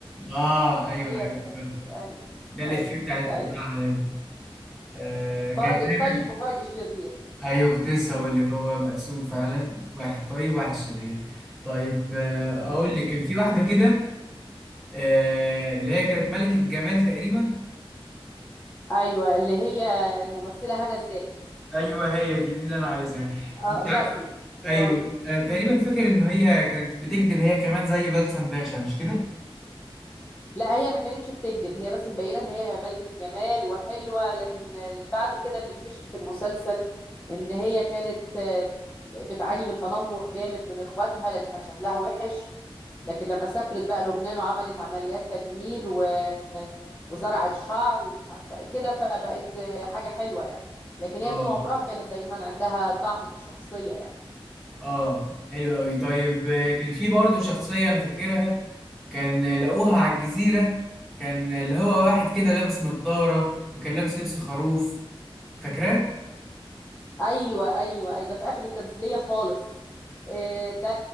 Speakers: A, in the centre; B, on the left.
A: اه ايوه
B: هي
A: ايوه افتكرت
B: اي
A: ده الإفيه
B: اي
A: بتاع بتاعها
B: اي
A: دايما آه كان
B: فرج
A: دايما
B: الطيب وفرج الشرير
A: ايوه كنت لسه هقول لك هو مقسوم فعلا واحد طيب واحد شرير طيب آه
B: أي.
A: اقول لك كان في واحده كده آه اللي هي كانت ملكه جمال تقريبا
B: ايوه اللي هي الممثله هنا الزاهد
A: ايوه هي دي دي اللي انا عايزها
B: اه
A: كنت
B: جاسمين
A: عارف
B: كانت
A: ايوه انا تقريبا فاكر ان هي كانت بتكذب هي كمان زي بلسم باشا مش
B: لا هي ما كانتش بتكذب هي بس مبينه ان هي ملكه جمال وحلوه لكن بعد كده بنكتشف في المسلسل ان هي كانت آه، بتعاني من تنمر جامد من اخواتها لان كان شكلها وحش لكن لما سافرت بقى لبنان وعملت عمليات تجميل و- وزرعت شعر ومش عارفه ايه كده فبقت آه، حاجه حلوه يعني لكن
A: كده
B: هي طول عمرها كانت دايما عندها ضعف في الشخصيه يعني
A: اه حلو قوي طيب آه، كان في برضه شخصية انا فاكرها كان آه، لقوها على الجزيرة كان آه، اللي هو واحد كده لابس نظارة وكان لابس لبس خروف فاكراه؟
B: ايوه ايوه اي ده في اخر التمثيليه خالص آه، ده